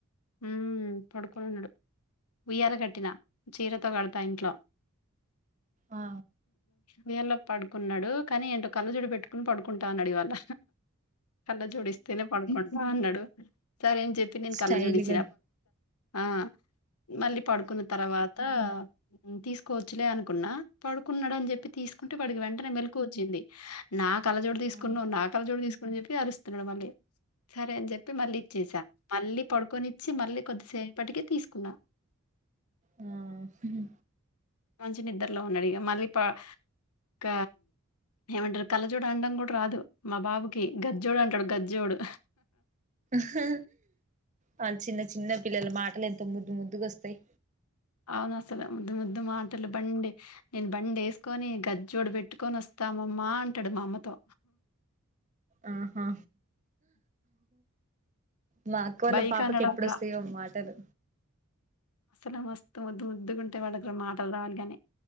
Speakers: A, on the left; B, on the right.
A: ఉ పడుకునన్నాడు ఉయ్యాల కట్టినా చీరతో కడతా ఇంట్లో
B: ఆ
A: వీర్ల పడుకున్నాడు కానీ ఏంటో కళ్ళజోడు పెట్టుకుని పడుకుంటా అన్నాడు ఇవాళ కళ్ళ జోడిస్తేనే పడుకుంటా అన్నాడు సరేని చెప్పి నేను
B: స్టైల్గా
A: కళ్ళ జోడ్స్తే ఆ మళ్ళీ పడుకున్న తర్వాత తీసుకోవచ్చులే అనుకున్నా పడుకున్నాడు అని చెప్పి తీసుకుంటే వాడికి వెంటనే మెలుకువా వచ్చింది నాక్ కళ్ళజోడు తీసుకున్నా
B: ఆ
A: నా కళ్ళజోడు తీసుకుని చెప్పి అరుస్తున్నాడు మళ్ళీ సరే అని చెప్పి మళ్ళీ ఇచ్చేసా మళ్ళీ పడుకొనిచ్చి మళ్ళీ కొద్దిసేపటికే తీసుకున్నా
B: ఆ హుహు
A: మంచి నిద్రలో ఉన్నాడు ఇగ మళ్ళీ పా క్క ఏమంటారు కళ్ళజోడు అనడం కూడా రాదు మా బాబుకి గజ్జోడు అంటాడు గజ్జోడు
B: హ వాళ్ళ చిన్న చిన్న పిల్లల మాటలు ఎంతో ముద్దు ముద్దుగా వస్తాయి
A: అవును అసలు ముద్దు ముద్దు మాటలు బండి నేను బండి ఏసుకొని గజ్జోడు పెట్టుకొని వస్తా అమ్మమ్మ అంటాడు మా అమ్మతో
B: ఆహా మా అక్క వాళ్ళ
A: బైక్
B: పాపకి
A: అనడం
B: ఎప్పుడు
A: రా.
B: వస్తాయో మాటలు
A: అసలు మస్తు ముద్దు ముద్దుగ ఉంటయీ వాళ్ళకి మాటలు రావాలి గాని